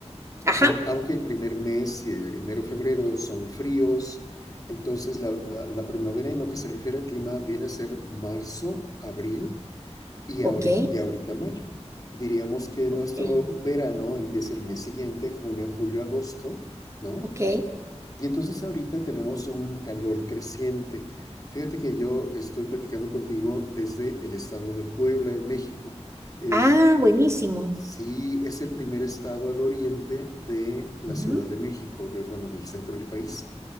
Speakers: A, on the right; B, on the left.
A: Ajá,
B: Aun- Aunque el primer mes, eh, enero, febrero, son fríos, entonces la, la- la primavera en lo que se refiere al clima viene a ser marzo, abril y
A: ok,
B: ahorita, y ahorita mayo. Diríamos que
A: ok,
B: nuestro verano empieza el mes siguiente, junio, julio, agosto, ¿no?
A: ok.
B: Y entonces ahorita tenemos un calor creciente. Fíjate que yo estoy platicando contigo desde el estado de Puebla, en México. Es-
A: Ah, buenísimo.
B: Sí, es el primer estado al oriente de la
A: Ujú.
B: Ciudad de México, de, bueno, del centro del país.